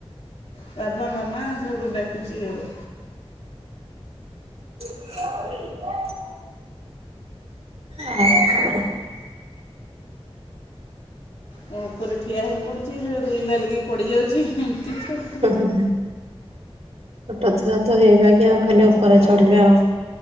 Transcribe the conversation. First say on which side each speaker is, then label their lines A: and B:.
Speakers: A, on the left (about 75°); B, on the right (about 75°).
A: ବାବା ମାମା ସବୁ ଡାକୁଚି ଆଉ।
B: <unintelligible> ଆଉ କଣ।
A: ଅଁ ଉପରେ ଠିଆ ହେଇ ପଡୁଚି ହେଠୁ ଦୁଲ୍ ଦାଲକି ପଡିଯାଉଚି ଏମତି ତ ଆଉ। ତାର
B: ହେଁ ହେଁ ହେଁ ଛୋଟ ଛୁଆ ତ ହେଇ ବାଗିଆ ଆଉ ଖାଲି ଓପରେ ଚଢିବେ ଆଉ।